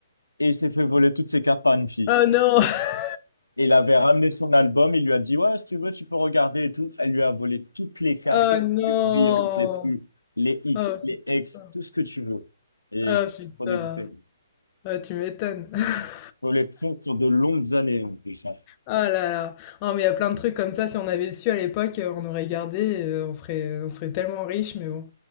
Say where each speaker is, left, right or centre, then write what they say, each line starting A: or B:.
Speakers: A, on the left (about 85°); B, on the left (about 30°).
A: et il s'est fait voler toutes ses cartes par une fille.
B: Oh non! <laughs>
A: Et il avait ramené son album, il lui a dit, ouais, si tu veux, tu peux regarder et tout. Elle lui a volé toutes les cartes
B: Oh
A: les
B: non!
A: plus brillantes, les plus, les X,
B: Oh
A: les X,
B: putain.
A: tout ce que tu veux. Et
B: Oh
A: j'étais
B: putain.
A: trop dégoûté.
B: Ah, tu m'étonnes. <laughs>
A: Collection sur de longues années en plus. hein.
B: Oh là là. Oh, mais il y a plein de trucs comme ça. Si on avait su à l'époque, euh, on aurait gardé. et, euh, on serait, on serait tellement riche. Mais bon,